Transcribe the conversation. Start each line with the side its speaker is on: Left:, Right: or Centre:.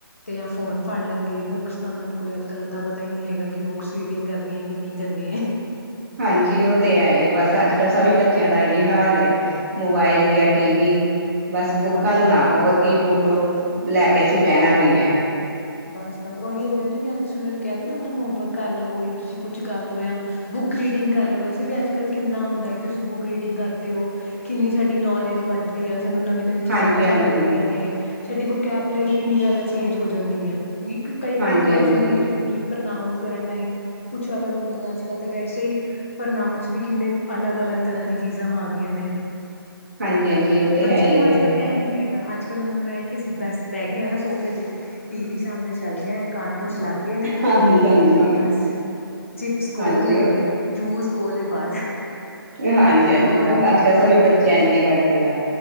Left: ਤੇ ਯਾ ਫੋਨ ਫੜ ਲੇਨਗੇ ਬੁੱਕ ਬੁਕਸ ਤਾਂ ਉਹਨਾਂ ਨੂੰ ਕੋਈ ਅੱਜ ਕੱਲ ਪਤਾ ਈ ਨਹੀਂ ਹੈਗਾ ਕਿ ਬੁੱਕਸ ਰੀਡਿੰਗ ਕਰਨੀ ਐ ਕਿ ਨਹੀਂ ਕਰਨੀ ਐ
Right: ਹਾਂਜੀ ਉਹ ਤੇ ਹੈ ਈ ਐ ਬਸ ਅੱਜ ਕੱਲ ਸਬੀ ਬੱਚਿਆਂ ਦਾ ਆਈ ਹਾਲ ਐ ਮੋਬਾਇਲ
Left: ਹਾਂਜੀ,
Right: ਯਾ ਟੀ-ਵੀ
Left: ਹਾਂਜੀ,
Right: ਬਸ ਬੁੱਕਾਂ
Left: ਹਾਂਜੀ,
Right: ਨੂੰ ਨਾ
Left: ਹਾਂਜੀ।
Right: ਕਵੋ ਕਿ ਬੁੱਕ ਲੈ ਕੇ ਅਸੀਂ ਬਹਿਨਾ ਵੀ ਐ
Left: ਬਸ ਬਸ ਉਹੀ ਹੋ ਗਿਆ ਨਾ ਯਾ ਤੁਸੀਂ ਉਹਨਾਂ ਨੂੰ ਕਹਿ ਦੋ ਨਾ ਅਪਨਾ ਹੋਮਵਰਕ ਕਰ ਲਓ ਯਾ ਤੁਸੀਂ ਕੁਛ ਕਰ ਲਓ ਯਾ ਬੁੱਕ ਰੀਡਿੰਗ ਕਰ ਲਓ ਵੈਸੇ ਵੀ ਅੱਜ ਕੱਲ੍ਹ ਕਿੰਨਾ ਹੁੰਦਾ ਕਿ ਤੁਸੀਂ ਬੁੱਕ ਰੀਡਿੰਗ ਕਰਦੇ ਔ ਕਿੰਨੀ ਸਾਡੀ ਨੌਲੇਜ ਵੱਧ ਯਾ ਸਾਨੂੰ ਨਵੀਂ-ਨਵੀਂ ਚੀਜ਼ਾਂ
Right: ਹਾਂਜੀ
Left: ਪਤਾ
Right: ਹਾਂਜੀ
Left: ਲੱਗਦੀਆਂ ਨੇ ਸਾਡੀ ਵੋਕੈਬਲਰੀ ਕਿੰਨੀ ਜ਼ਿਆਦਾ ਚੇਂਜ ਹੋ ਜਾਂਦੀ ਆ। ਕਿ ਕਈ
Right: ਹਾਂਜੀ
Left: ਕਈ ਵਰਡਸ
Right: ਹਾਂਜੀ
Left: ਹੁੰਦੇ ਨੇ ਕਿ ਪ੍ਰਨਾਊਸ ਕਰਨ ਟਾਈਮ ਕੁਛ ਅਲੱਗ ਹੁੰਦੇ ਨੇ ਅੱਜ-ਕੱਲ ਤਾਂ ਵੈਸੇ ਈ ਪਰਨਾਊਸ ਵੀ ਕਿੰਨੇ ਅਲੱਗ-ਅਲੱਗ ਤਰ੍ਹਾਂ ਦੀ ਚੀਜ਼ਾਂ ਆ ਗਈਆਂ ਨੇ।
Right: ਹਾਂਜੀ
Left: ਤੇ
Right: ਹਾਂਜੀ ਉਹ
Left: ਬੱਚੇਆਂ
Right: ਹੈ ਹੀ
Left: ਨੂੰ
Right: ਹੈ
Left: ਅੱਜ ਕੱਲ੍ਹ ਇਹ ਨੀ ਹੈਗਾ ਆ ਅੱਜ ਕੱਲ ਉਹਨਾਂ ਨੂੰ ਐ ਕਿ ਅਸੀਂ ਬਸ ਬਹਿ ਗੇ ਆ ਨਾ ਸੋਫੇ ਤੇ ਟੀ ਵੀ ਸਾਹਮਨੇ ਚੱਲ ਗਿਆ ਕਾਰਟੂਨਸ ਲੱਗ ਗਏ ਨੇ
Right: ਹਾਂਜੀ ਹਾਂਜੀ
Left: ਤੇ ਬਸ ਚਿਪਸ ਕੋਲ
Right: ਹਾਂਜੀ
Left: ਏ
Right: ਉਹ ਤੇ
Left: ਜੂਸ ਕੋਲ ਏ ਬਸ।
Right: ਹਾਂਜੀ ਹਾਂਜੀ
Left: ਹੋਰ
Right: ਬਸ
Left: ਨੀ
Right: ਅੱਜ
Left: ਹੈਗਾ
Right: ਕੱਲ੍ਹ ਸਬੀ
Left: ਉਹਨਾਂ
Right: ਬੱਚੇ
Left: ਨੂੰ ਕੁਛ
Right: ਐਂਜ
Left: ਵੀ
Right: ਈ ਕਰਦੇ ਆ।